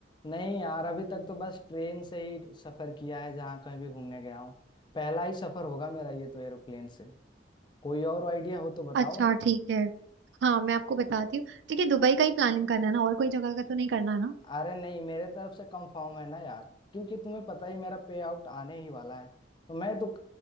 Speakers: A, on the left; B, on the right.
A: नहीं यार अभी तक तो बस ट्रेन से ही सफर किया है जहाँ कहीं भी घूमने गया हूँ पहला ही सफर होगा मेरा ये तो एरोप्लेन से कोई और आइडिया हो तो बताओ
B: अच्छा ठीक है हाँ मैं आपको बताती हूँ ठीक है दुबई का ही प्लानिंग करना है ना और कोई जगह का तो नहीं करना है ना
A: अरे नहीं मेरे तरफ से कंफर्म है ना यार क्योंकि तुम्हें पता ही मेरा पे आउट आने ही वाला है तो मैं तो